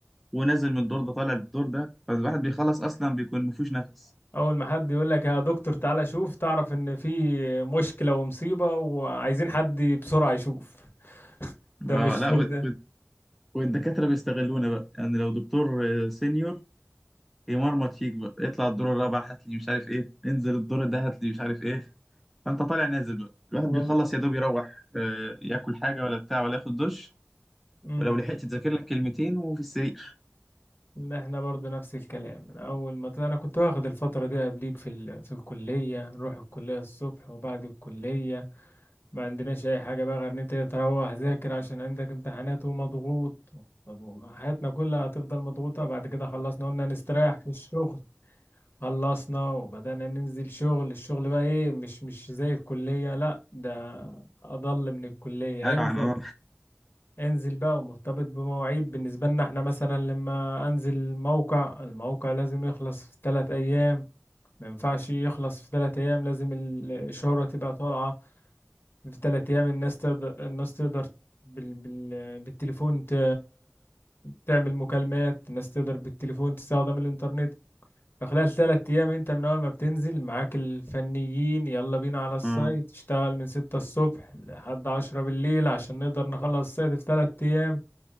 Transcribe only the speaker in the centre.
ونازل من الدور ده طالع للدور ده فالواحد بيخلص اصلا بيكون مفيش نفس
اه
لا وال-
وال- والدكاتره بيستغلونا بقى يعني لو دكتور آه، سينيور يمرمط فيك بقى اطلع الدور الرابع هات لي مش عارف ايه انزل الدور ده هات لي مش عارف ايه فانت طالع نازل بقى الواحد
بيخلص يا دوب يروح آه، ياكل حاجه ولا بتاع ولا ياخد دش
ولو لحقت تذاكر لك كلمتين وفي السرير
قال
عن اه
اه